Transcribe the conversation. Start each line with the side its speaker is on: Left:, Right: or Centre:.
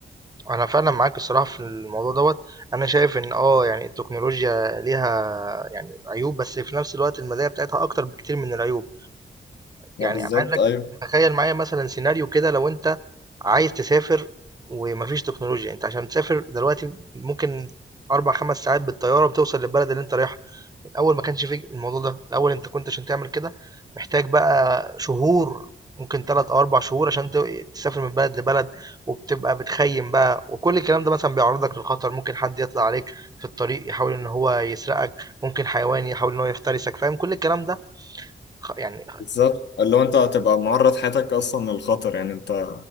Right: أنا فعلًا معاك الصراحة في الموضوع دوّة، أنا شايف إن آه، يعني التكنولوجيا ليها يعني عيوب، بس في نفس الوقت المزايا بتاعتها أكتر بكتير من العيوب.
Left: ما
Right: يعني
Left: بالظبط
Right: عايزك
Left: أيوه
Right: تخيل معايا مثلا سيناريو كده لو انت عايز تسافر ومفيش تكنولوجيا انت عشان تسافر دلوقتي ممكن اربع خمس ساعات بالطيارة بتوصل للبلد اللي انت رايحها الاول ما كانش فيه الموضوع ده الاول انت كنت عشان تعمل كده محتاج بقى شهور ممكن ثلاث او اربع شهور عشان ت- تسافر من بلد لبلد وبتبقى بتخيم بقى وكل الكلام ده مثلا بيعرضك للخطر ممكن حد يطلع عليك في الطريق يحاول ان هو يسرقك ممكن حيوان يحاول ان هو يفترسك فاهم كل الكلام ده خ- يعني
Left: بالظبط اللي هو أنت هتبقى معرض حياتك أصلا للخطر يعني أنت